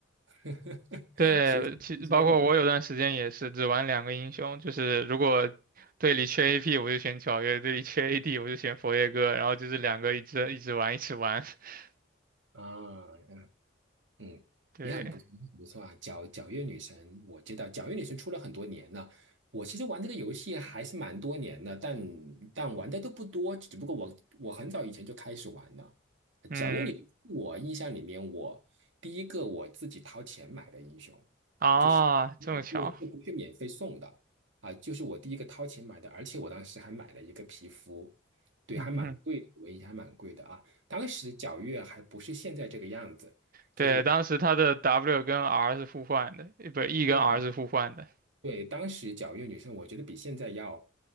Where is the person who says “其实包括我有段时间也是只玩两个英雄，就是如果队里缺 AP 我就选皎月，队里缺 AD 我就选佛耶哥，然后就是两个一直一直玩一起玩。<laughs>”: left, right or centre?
Right